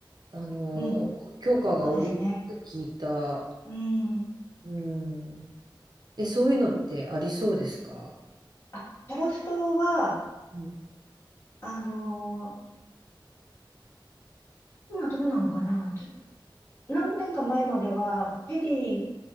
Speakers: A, on the right (about 55°); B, on the left (about 30°).
A: あの、
B: うん、
A: 許可が下りるって聞いた。
B: そうですね。うん。
A: うん。え、そういうのってありそうですか
B: あ、樺太は、
A: うん。
B: あのー今どうなのかなちょっと、何年か前までは、フェリー